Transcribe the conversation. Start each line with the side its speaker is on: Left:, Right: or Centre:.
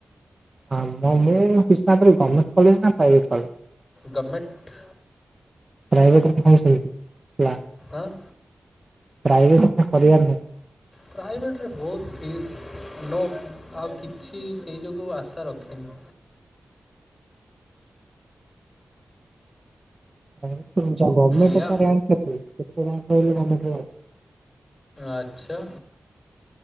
Right: ହଁ ମୋ ମୁଁ ହିସାବରେ ଗଭର୍ମେଣ୍ଟ୍ କଲେଜ ନା ପ୍ରାଇଭେଟ୍ କଲେଜ?
Left: ଗଭର୍ମେଣ୍ଟ୍
Right: ପ୍ରାଇଭେଟ୍ ରେ ତ ସମସ୍ତେ
Left: ଆଁ-
Right: ପ୍ରାଇଭେଟ୍ ରେ ତ କରିବାର ନାହିଁ।
Left: ପ୍ରାଇଭେଟ୍ ରେ ବହୁତ୍ ଫିସ୍ ନୋ ଆଉ କିଛି ସେହି ଯୋଗୁଁ ଆଶା ରଖିନି।
Right: ହଉ। <unintelligible> ଗଭର୍ମେଣ୍ଟ୍
Left: ଏଇଆ
Right: ରେ ତା ରାଙ୍କ୍ କେତେ? ରାଙ୍କ୍ <unintelligible> ଗଭମେଣ୍ଟ୍
Left: ଆଚ୍ଛା।